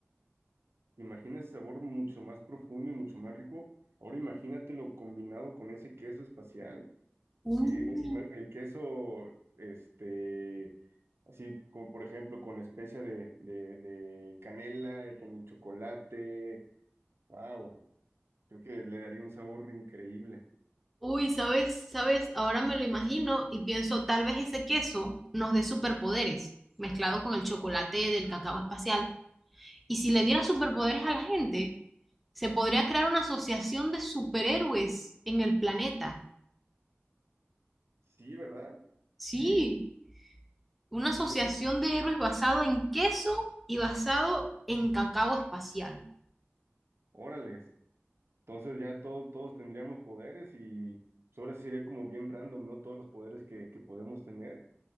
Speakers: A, on the right; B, in the centre.
A: ¿Te imaginas ese sabor mucho más profundo y mucho más rico? Ahora imagínatelo combinado con ese queso espacial.
B: Mm.
A: Sí, me- el queso, este, así como por ejemplo con especia de, de, de canela, eh, con el chocolate, wow, creo que le daría un sabor increíble.
B: Uy, ¿sabes? ¿Sabes? Ahora me lo imagino y pienso, tal vez ese queso nos dé superpoderes, mezclado con el chocolate del cacao espacial. Y si le diera superpoderes a la gente, se podría crear una asociación de superhéroes en el planeta.
A: Sí, ¿verdad?
B: Sí,
A: Sí,
B: una asociación
A: pues eh,
B: de héroes basado en queso y basado en cacao espacial.
A: órales. Entonces ya todo- todos tendríamos poderes y pues, ahora sí sería como bien random, ¿no? Todos los poderes que, que podemos tener.